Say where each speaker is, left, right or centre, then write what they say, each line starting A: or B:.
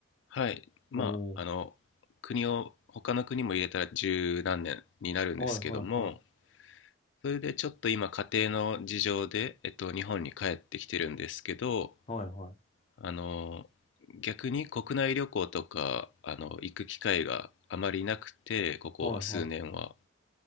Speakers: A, on the left; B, on the left.
A: はい。まあ、
B: おー。
A: あの、国を、他の国も入れたら十何年になるんですけども、
B: はいはいはい。
A: それでちょっと今家庭の事情で、えっと、日本に帰ってきてるんですけど、
B: はいはい。
A: あの、逆に国内旅行とか、あの、行く機会があまりなくて、ここ数年は。
B: はいはい。